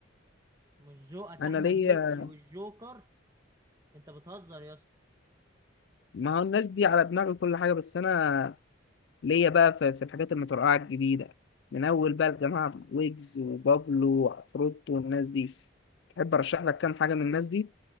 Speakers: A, on the right; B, on the left.
A: مش ذوقك
B: انا
A: احمد
B: ليا
A: مكي والجوكر انت بتهزر يا اسطى
B: ما هو الناس دي على دماغي كل حاجه بس انا ليا بقى في, في الحاجات المترقعه الجديده من اول بقى الجماعه ويجز وبابلو وعفروت والناس دي تحب ارشح لك كام حاجه من الناس دي